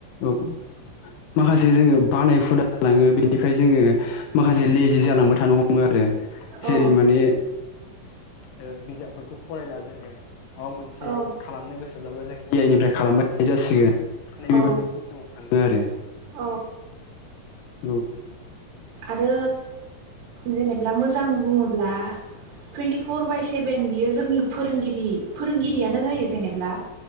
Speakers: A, on the left (about 75°); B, on the right (about 75°).
A: औ माखासे जोङो बानाय हुदा जालाङो बेनिफ्राय जोङो माखासे लेजि जालांबाय थानो हमो आरो।
B: औ
A: जेरै माने ओ बिजाबफोरखौ फरायला जोङो। माबा मोनसे
B: औ
A: खालामनो गोसोब्लाबो जों ए आइ निफ्राय खालामबाय थानाय जासिगोन।
B: औ
A: सिनाव थाङो आरो।
B: औ
A: औ
B: आरो जेनेब्ला मोजां बुङोब्ला टुइन्टिफर बाय सेभेन बियो जोंनि फोरोंगिरि फोरोंगिरियानो जायो जेनेब्ला।